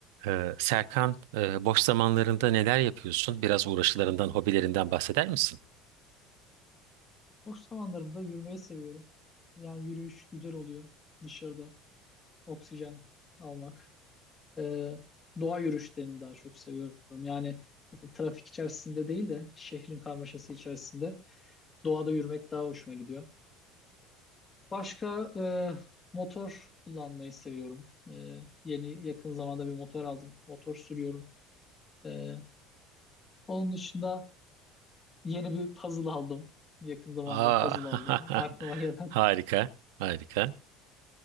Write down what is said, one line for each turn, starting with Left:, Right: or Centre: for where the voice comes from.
Right: Ee, Serkan, e, boş zamanlarında neler yapıyorsun? Biraz uğraşılarından, hobilerinden bahseder misin?
Left: Boş zamanlarımda yürümeyi seviyorum. Yani yürüyüş güzel oluyor dışarıda. Oksijen almak. Ee, doğa yürüyüşlerini daha çok seviyorum. Yani e, trafik içerisinde değil de şehrin karmaşası içerisinde doğada yürümek daha hoşuma gidiyor. Başka e, motor kullanmayı seviyorum. E, yeni yakın zamanda bir motor aldım. Motor sürüyorum. E, onun dışında yeni bir puzzle aldım. Yakın zamanda
Right: Aa,
Left: puzzle aldım. Aklıma
Right: <laughs>
Left: gelen.
Right: harika, harika.